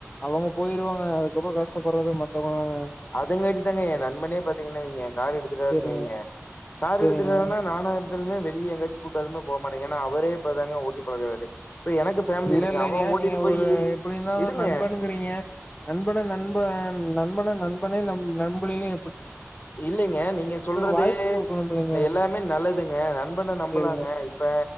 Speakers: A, on the left (about 20°); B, on the left (about 40°).
A: அவுங்க போயிருவாங்க அதுக்கப்புறோ கஷ்டப்படுறது மத் த்தவங்க தாங்க
B: அதுங்கட்டு தாங்க ஏ நண்பனே பாத்தீங்கன்னா வைங்க கார் எடுத்துறாருன்னு
A: சேரிங்க
B: வைங்க கார்
A: சேரிங்க
B: எடுத்துறான்னா நானா இருந்தாலுமே வெளிய எங்காச்சி கூட்டாலுமே போ மாட்டங்க ஏன்னா அவுரே இப்பாதாங்க ஓட்டி பழகுறாரு இப்ப எனக்கு ஃபேமிலி
A: இல்ல
B: இருக்கு
A: இல்லங்க
B: அவ ஓட்டிட்டு
A: நீங்க
B: போயி
A: ஒரு எப்டி இருந்தாலு
B: இருங்க
A: நண்பனுங்குறீங்க நண்பன் நண்பன் நண்பன நண்பனே நம் நம்புழியே
B: இல்லைங்க நீங்க சொல்றது
A: வாய்ப்பு குடுக்கணும்லங்க
B: எல்லாமே நல்லதுங்க நண்பனை நம்பலாங்க
A: சேரிங்க
B: இப்ப